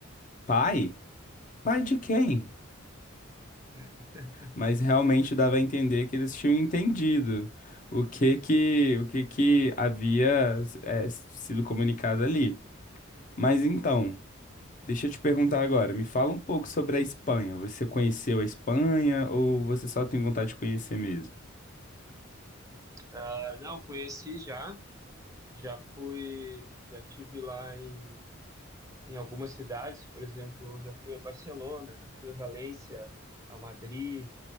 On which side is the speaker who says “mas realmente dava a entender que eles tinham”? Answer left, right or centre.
Left